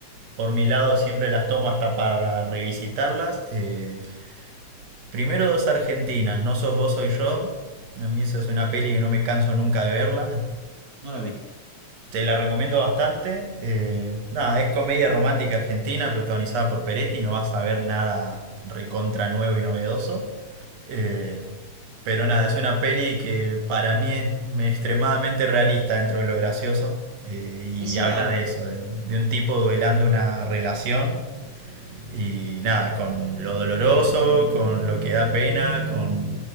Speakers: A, on the right; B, on the right.
A: por mi lado siempre las tomo hasta para revisitarlas. Eh, primero dos argentinas, No sos vos, soy yo. A mí esa es una peli que no me canso nunca de verla.
B: no la vi.
A: Te la recomiendo bastante. Eh, nada, es comedia romántica argentina protagonizada por Peretti. No vas a ver nada recontra nuevo y novedoso. Eh, pero nada, es una peli que para mí es extremadamente realista dentro de lo gracioso. eh, y
B: Esa,
A: habla de eso, de, de un tipo duelando una relación y nada, con lo doloroso, con lo que da pena, con